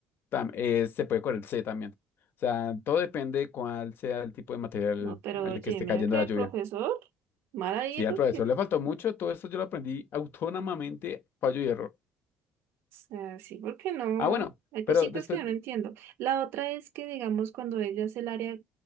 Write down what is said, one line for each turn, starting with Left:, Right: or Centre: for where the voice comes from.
Left: Tam- eh, se puede correr, C también. O sea, todo depende de cuál sea el tipo de material
Right: No, pero
Left: en el
Right: oye,
Left: que esté
Right: mira
Left: cayendo
Right: que
Left: la
Right: el
Left: lluvia.
Right: profesor, mal ahí
Left: sí
Right: porque,
Left: al profesor
Right: <laughs>
Left: le faltó
Right: o
Left: mucho, todo esto yo lo aprendí autónomamente, fallo y error.
Right: sea, sí, porque no.
Left: Ah, bueno,
Right: Hay cositas
Left: pero después,
Right: que yo no entiendo. La otra es que, digamos, cuando ella es el área